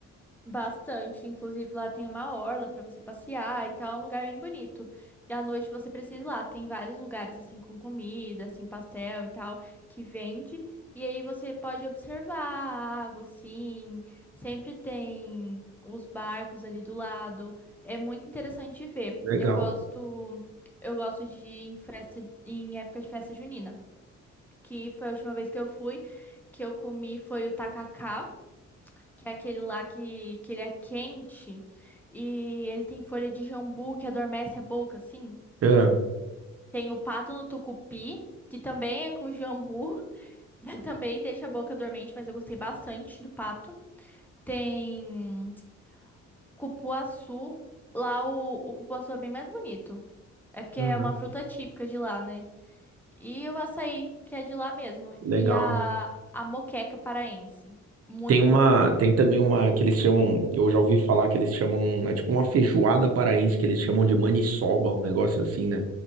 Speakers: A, in the centre; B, on the right.
A: Bastante, inclusive lá tem uma orla pra você passear e tal, é um lugar bem bonito. E à noite você precisa ir lá, tem vários lugares assim com comida, assim pastel e tal, que vende. E aí você pode observar a água assim, sempre tem os barcos ali do lado. É muito interessante de ver.
B: Legal.
A: Eu gosto, eu gosto de ir em festa, em época de festa junina, que foi a última vez que eu fui, que eu comi foi o tacacá que é aquele lá que, que ele é quente e ele tem folha de jambu que adormece a boca, assim.
B: É,
A: Tem o pato no tucupi, que também é com jambu, <laughs> também deixa a boca dormente, mas eu gostei bastante do pato. Tem cupuaçu, lá o, o cupuaçu é bem mais bonito. É porque
B: Uhum.
A: é uma fruta típica de lá, né? E o açaí, que é de lá mesmo.
B: legal.
A: E a, a moqueca paraense. Muito
B: Tem uma,
A: bom.
B: tem também uma que eles chamam, eu já ouvi falar que eles chamam, é tipo uma feijoada paraense que eles chamam de maniçoba, um negócio assim, né?